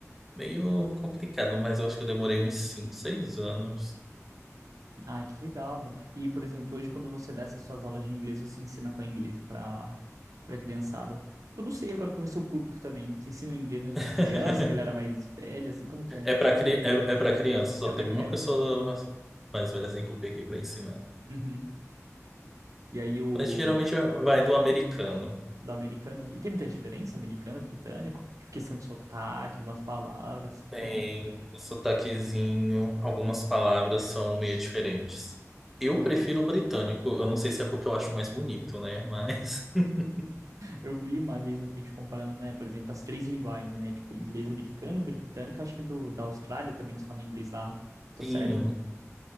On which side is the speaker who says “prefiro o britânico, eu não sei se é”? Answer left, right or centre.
Centre